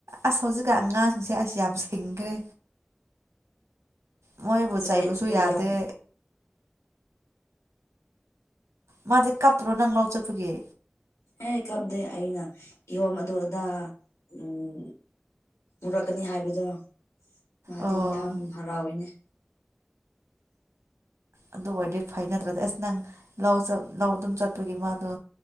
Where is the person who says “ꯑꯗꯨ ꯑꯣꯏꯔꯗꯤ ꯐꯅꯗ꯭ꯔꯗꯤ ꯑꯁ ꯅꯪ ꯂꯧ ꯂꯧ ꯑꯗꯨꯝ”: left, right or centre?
Right